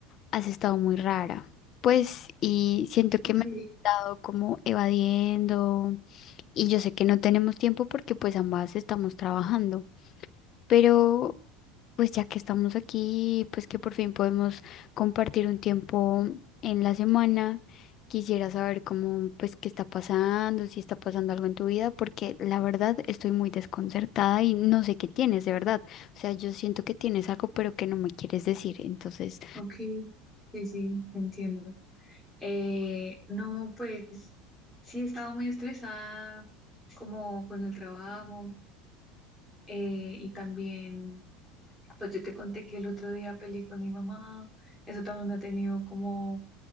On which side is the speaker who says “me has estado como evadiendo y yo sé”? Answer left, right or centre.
Left